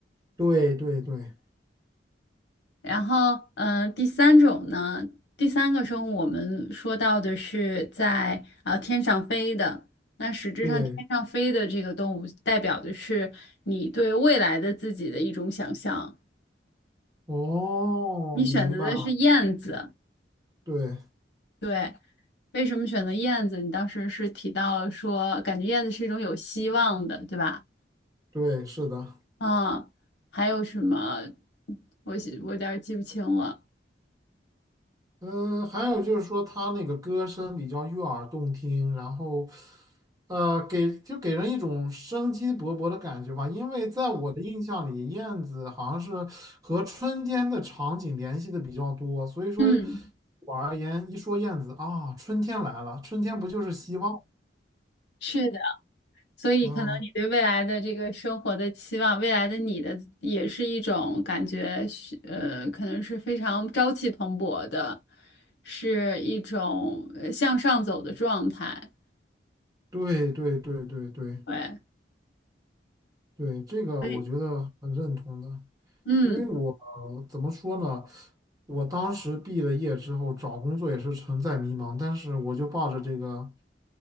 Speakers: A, on the right (about 20°); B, on the left (about 70°).
A: 对对对
B: 然后，嗯、第三种呢，第三个生物我们说到的是在啊、天上飞的，那实质上天上飞的这个动物代表的是你对未来的自己的一种想象。
A: 对，哦，
B: 你选择的是燕子，
A: 明白了，对
B: 对，为什么选择燕子？你当时是提到说，感觉燕子是一种有希望的，对吧？
A: 对，是的。
B: 啊，还有什么？我记我有点儿记不清了。
A: 嗯，还有就是说他那个歌声比较悦耳动听，然后，呃，给就给人一种生机勃勃的感觉吧。因为在我的印象里，燕子好像是和春天的场景联系的比较多，所以说
B: 嗯，
A: 我而言，一说燕子啊，春天来了，春天不就是希望？
B: 是的，所以可能你对未来的这个生活的期望，
A: 嗯，
B: 未来的你的也是一种感觉是，呃，可能是非常朝气蓬勃的，是一种呃向上走的状态。
A: 对对对对对
B: 对，
A: 对，这个我觉得很认同的。
B: 所以，嗯
A: 因为我呃怎么说呢？我当时毕了业之后找工作也是存在迷茫，但是我就抱着这个